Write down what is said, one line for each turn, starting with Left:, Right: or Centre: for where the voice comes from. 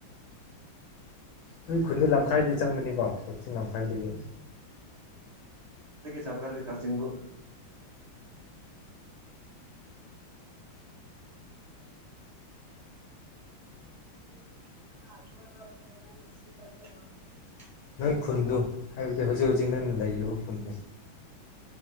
Left: ꯎ <inaudible> ꯈꯨꯗ ꯂꯝꯈꯥꯏꯗꯤ ꯆꯪꯕꯅꯤꯀꯣ ꯀꯛꯆꯤꯡ ꯂꯝꯈꯥꯏꯗꯒꯤ <inaudible>
Right: ꯆꯪꯗꯔ꯭ꯗꯤ ꯀꯛꯆꯤꯡꯕꯨ <inaudible>
Left: ꯅꯣꯏ ꯈꯨꯟꯗꯨ ꯍꯥꯏꯕꯗꯤ ꯍꯧꯖꯤꯛ ꯍꯧꯖꯤꯛ ꯅꯪꯅ ꯂꯩꯔꯤꯕ ꯈꯨꯟꯗ